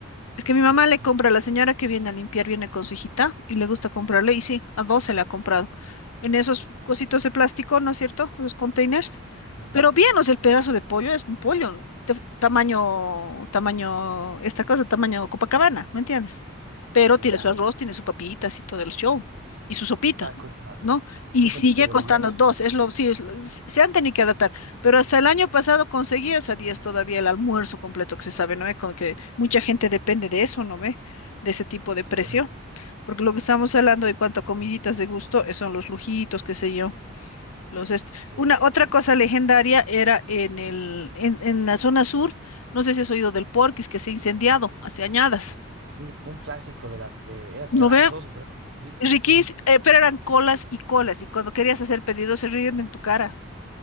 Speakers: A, on the left (about 80°); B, on the right (about 55°).
A: Es que mi mamá le
B: es-
A: compra, la señora que viene a limpiar viene con su hijita y le gusta comprarle, y sí, a dos se le ha comprado. En esos cositos de plástico, ¿no es cierto? Los containers.
B: ya,
A: Pero bien, o sea, el pedazo de pollo es un pollo, te- tamaño, tamaño, esta cosa, tamaño Copacabana, ¿me entiendes? pero
B: ya.
A: tiene su arroz, tiene su papitas y todo el show, y su sopita,
B: Claro, y cuesta,
A: ¿no?
B: y
A: Y
B: cuesta
A: sigue
B: 12 bolivianos.
A: costando dos, es lo, sí, es lo- s- se han tenido que adaptar, pero hasta el año pasado conseguías a 10 todavía el almuerzo completo que se sabe, ¿no? ve? Como que mucha gente depende de eso, ¿no ve? De ese tipo de precio,
B: Claro,
A: porque lo que estamos hablando en cuanto a comiditas de gusto eh, son los lujitos, qué sé yo. Los est-
B: sí.
A: Una otra cosa legendaria era en el, en, en la zona sur, no sé si has oído del Porquis que se ha incendiado hace añadas.
B: Sí, un clásico de la, de, era grasoso,
A: ¿No ve?
B: pero era rico,
A: Riquís,
B: sí.
A: eh, pero eran colas y colas, y cuando querías hacer pedidos se ríen en tu cara.